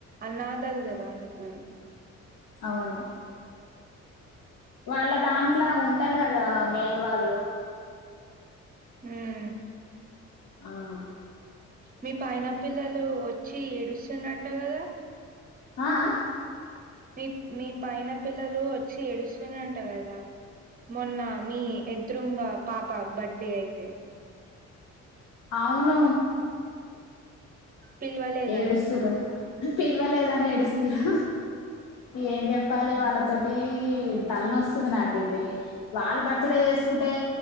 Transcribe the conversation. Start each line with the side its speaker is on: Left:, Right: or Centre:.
Right: అన్నాధలు గదా అందుకని.
Left: అవును. వాళ్ళ దాంట్ల ఉంటరు గదా మెయిన్ వాళ్ళు.
Right: ఉమ్.
Left: అవును.
Right: మీ పైన పిల్లలు ఓచ్చి ఏడుస్తున్నట్ట గదా.
Left: ఆ ఆ.
Right: మీ మీ పైన పిల్లలు వోచ్చి ఏడుస్తున్నంట గదా. మొన్న మీ ఎధ్రుంగా పాప బడ్డే అయితే.
Left: అవును.
Right: పిలవలేదని
Left: ఏడుస్తుర్ర పిలవలేదని ఏడుస్తుర్ర ఏం జేప్పాలే
Right: ఉమ్
Left: వాళ్ళ. తోటి ఈ తలనొస్తుంది నాకైతే వాళ్ళు బర్త్డే యేసుకుంటే.